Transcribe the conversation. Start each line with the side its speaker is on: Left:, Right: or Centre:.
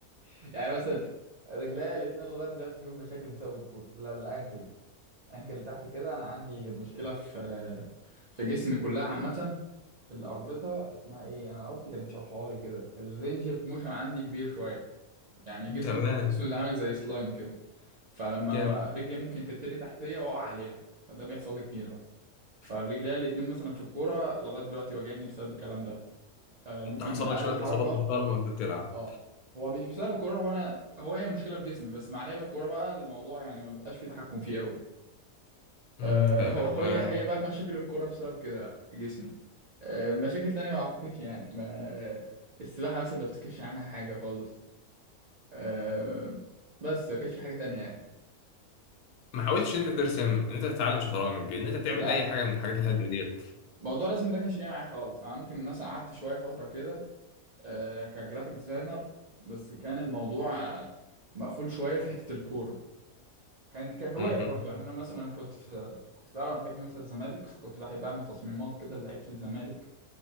Right: <laughs> يعني مثلا رجليا الاثنين لغايه دلوقتي فيهم مشاكل بسبب الكوره لا الانكل الانكل اللي تحت كده انا عندي مشكله في في جسمي كلها عامه الاربطه اسمها ايه انا اختي كانت شرحها لي كده الرينج اوف موشن عندي كبير شويه يعني جسمي
Left: تمام
Right: تح- تحسه زي- عامل زي سلايم كده فلما
Left: جامد
Right: ما- رجلي ممكن تتني تحتيه واقع عليها فده بيحصل لي كتير بقى فرجليا الاتنين مثلا في الكوره لغايه دلوقتي واجعني بسبب الكلام ده آه ممكن
Left: انت حصل
Right: من اقل
Left: لك شويه
Right: حركه
Left: اصابات محترمه وانت بتلعب
Right: اه هو مش بسبب الكوره هو انا هو هي مشكله في جسمي بس مع لعب الكوره بقى الموضوع يعني ما بيبقاش فيه تحكم فيه قوي
Left: مم،
Right: آه،
Left: تمام
Right: هو هو هي هي بقى مشاكل الكوره بسبب كده بقى جسمي آه، مشاكل تانية ما اعتقدش يعني ما السباحه مثلا ما بفتكرش عنها حاجه خالص آه، بس ما كانش في حاجه تانية يعني
Left: ما حاولتش ان انت ترسم ان انت تتعلم شطرنج ان انت تعمل
Right: لا
Left: اي حاجه من الحاجات الهاديه ديت
Right: موضوع الرسم ده كانش جاي معايا خالص انا ممكن مثلا قعدت شويه فتره كده آه، كجرافيك ديزاينر بس كان الموضوع آه، مقفول شويه في حته الكوره كانت كهوايه
Left: مهم.
Right: برضو يعني انا مثلا كنت في كنت في الاول أنا بحب مثلا الزمالك فكنت بحب اعمل تصميمات كده لعيبه الزمالك